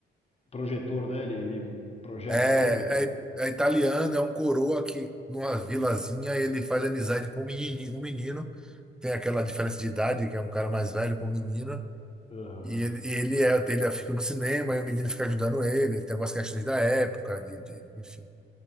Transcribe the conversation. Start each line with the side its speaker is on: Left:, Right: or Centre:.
Left: projetor, né? Ele, ele projeta
Centre: É,
Left: o filme.
Centre: é, é italiano, é um coroa que numa vilazinha ele faz amizade com um menino, um menino. Tem aquela diferença de idade, que é um cara mais velho com um menino.
Left: Aham,
Centre: E ele, e ele é, ele fica no cinema e o menino fica ajudando ele. Tem algumas questões da época, de, de- enfim.